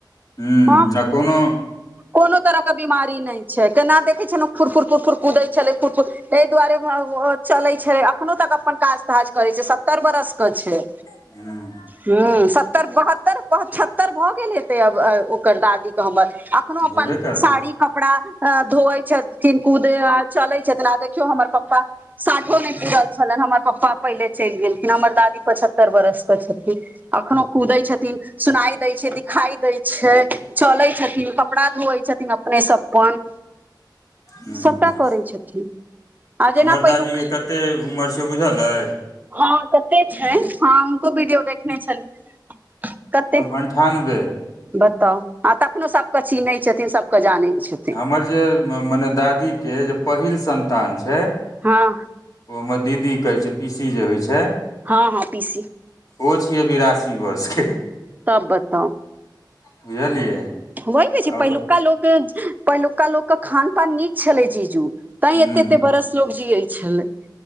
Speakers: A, on the left (about 50°); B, on the right (about 25°).
A: हूँ
B: ह
A: आ कोनो
B: कोनो तरह के बीमारी नहि छै केना देखै छै न फुरफुर फुरफुर कुदै छलै फुरफुर तै दुवारे ओ चलै छै अखनो तक अपन काज ताज करै छै सत्तर बरसके छै
A: <unintelligible>
B: ह्म सत्तर बहत्तर पचहत्तर भऽ गेलै ते अब अ ओकर दादी क हमर अखनो अपन
A: हेबे करतै
B: साड़ी कपड़ा अ धोयै छै कि कुदे चले छथिन आ देखियौ हमर पप्पा साठो नहि पुरल छले हमर पप्पा प पहिले चैइल गेलखिन हमर दादी पचहत्तर बरस के छथिन अखनो कूदै छथिन सुनाई दै छै दिखाई दै छै चलै छथिन कपड़ा धोयै छथिन अपने स अपन
A: हूँ
B: सबटा करै छथिन आ
A: हमर
B: जेना पहिलुक
A: दादीके कते उमर छै बुझल अइ
B: हँ कते छै हँ हुनको वीडियो देखने छलियै कते
A: अनठानबे
B: बताउ आ तखनो सबके चीन्है छथिन सबके जानै छथिन
A: हमर जे मने दादीके जे पहिल संतान छै
B: हँ
A: ओ हमर दीदी कहै छै पीसी जे होय छैय
B: हँ हँ पीसी
A: ओ छियै बिरासी वर्षके
B: तब बताउ
A: बुझलियै
B: होइ के छै
A: आ ओकर
B: पहिलुका लोक पहिलुका लोक के खान पान नीक छलै जीजू
A: हूँ
B: तैं एते एते बरस लोक जियै छलै।